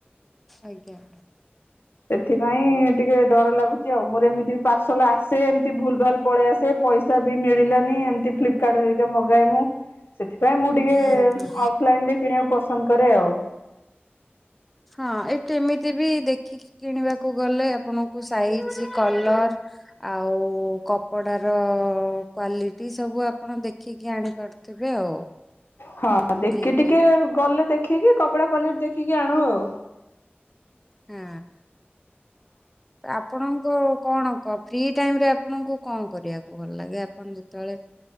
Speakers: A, in the centre; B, on the left.
A: ଆଜ୍ଞା।
B: ସେଥିପାଇଁ ଟିକେ ଡର ଲାଗୁଛି ଆଉ ମୋର ଏମିତି ବି ପାର୍ସଲ ଆସେ ଏମିତି ଭୁଲ ଭାଲ ପଳେଇ ଆସେ ପଇସା ବି ମିଳିଲାନି ଏମିତି ଫ୍ଲିପକାର୍ଟ ହେରିକା ମଗାଏ ମୁଁ ସେଥିପାଇଁ ମୁଁ ଟିକେ
A: ହଁ ହଁ ହଁ
B: ଅଫଲାଇନ ରେ କିଣିବାକୁ ପସନ୍ଦ କରେ ଆଉ।
A: ହଁ ଏଠି ଏମିତି ବି ଦେଖିକି କିଣିବାକୁ ଗଲେ ଆପଣଙ୍କୁ ସାଇଜ କଲର ଆଉ କପଡାର କ୍ଵାଲିଟି ସବୁ ଆପଣ ଦେଖିକି ଆଣିପାରୁଥିବେ ଆଉ।
B: ହଁ ଦେଖି
A: ନାଇଁକି
B: ଟିକେ ଗଲେ ଦେଖ ଦେଖିକି କପଡ଼ା କ୍ୱାଲିଟି ଦେଖିକି ଆଣୁ ଆଉ।
A: ହଁ ଆପଣଙ୍କ କଣ? କ ଫ୍ରି ଟାଇମ ରେ ଆପଣଙ୍କୁ କଣ କରିବାକୁ ଭଲ ଲାଗେ ଆପଣ ଯେତେବେଳେ